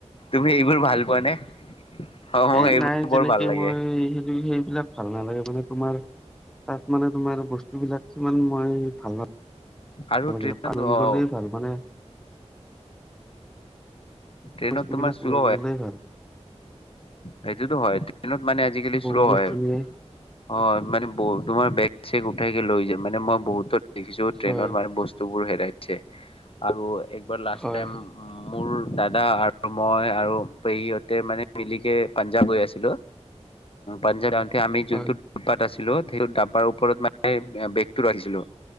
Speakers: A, on the left; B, in the centre.
A: তুমি এইবোৰ ভাল পোৱা নে? অ', মোক
B: এ
A: এইবোৰ
B: নাই, তেনেকে
A: বৰ ভাল লাগে
B: মই সেই সেইবিলাক ভাল নালাগে। মানে তোমাৰ তাত মানে তোমাৰ বস্তু বিলাক কিমান মই ভাল
A: আৰু
B: <unintelligible>
A: ট্ৰেইনত
B: পাহৰি
A: অ'
B: গ'লে ভাল মানে।
A: ট্ৰেইনত
B: বস্তুবিলাক
A: তোমাৰ শ্ল'
B: লৈ গ'লেই ভাল।
A: সেইটোৱেতো হয় ট্ৰেইনত মানে আজিকালি
B: বহু
A: শ্ল'
B: বস্তু
A: হয়।
B: নিয়ে
A: অ' মানে তোমাৰ বেগ-চেগ উঠাইকে লৈ যায়। মানে মই বহুতত দেখিছো! ট্ৰেইনত
B: হয়
A: মানে বস্তুবোৰ হেৰাইছে। আৰু একবাৰ লাষ্ট
B: হয়
A: টাইম
B: হয়
A: মোৰ দাদা আৰু মই আৰু পেহীহঁতে মানে মিলিকে পাঞ্জাৱ গৈ আছিলো। পাঞ্জাৱ যাওঁতে আমি
B: হয়
A: যোনটো ডাব্বাত আছিলো সেইটো ডাব্বাৰ ওপৰত মানে বেগটো ৰাখিছিলো।